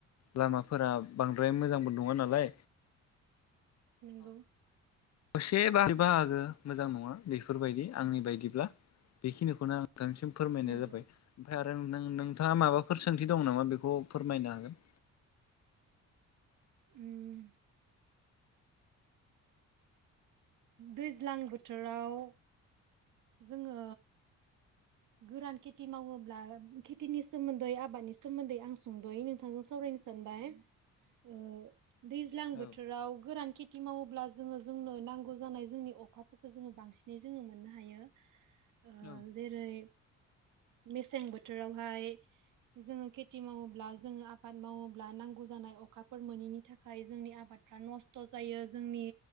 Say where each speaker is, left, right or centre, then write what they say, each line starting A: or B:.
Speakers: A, on the left; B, on the right.
A: लामाफोरा बांद्राय मोजांबो नङा नालाय
B: नंगौ
A: दसे बा बाहागो मोजां नङा बेफोरबायदि आंनि बायदिब्ला बेखिनिखौनो आं थांसिम फोरमायनाय
B: नंगौ
A: जाबाय ओमफ्राय आं नों नों नोंथाङा माबाफोर सोंथि दं नामा बेखौ फोरमायनो हागोन।
B: उम दैज्लां बोथोराव जोङो गोरान खेथि मावोब्ला खेथिनि सोमोन्दै आबादनि सोमोन्दै आं सुंद'यै नोंथांजों सावरायनो सानबाय ओ दैज्लां
A: औ
B: बोथोराव गोरान खेथि मावोब्ला जोङो जोंनो नांगौ जानाय जोंनि अखाफोरखौ जोङो बांसिनै जोङो मोननो हायो। <inaudible> ओ
A: औ
B: जेरै मेसें बोथोरावहाय जोङो खेथि मावोब्ला जोङो आबाद मावोब्ला नांगौ जानाय अखाफोर मोनैनि थाखाय जोंनि आबादफ्रा नस्थ' जायो जोंनि